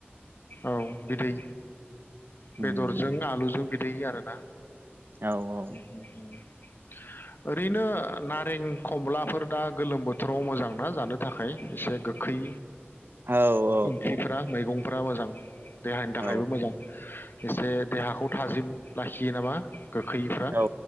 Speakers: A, on the left; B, on the right.
A: औ बिदै बेदरजों
B: उम
A: आलुजों बिद <unintelligible> आरोना
B: औ औ
A: <inaudible> ओरैनो नारें खमलाफोर दा गोलोम बोथोराव मोजांना जानो थाखाय एसे गोखै।
B: औ औ
A: ओंख्रिफोरा मैगंफोर ब्रा मोजां देहानि थाखायबो
B: औ
A: मोजां। एसे देहाखौ थाजिम लाखियो नामा? गोखैयैफ्रा
B: औ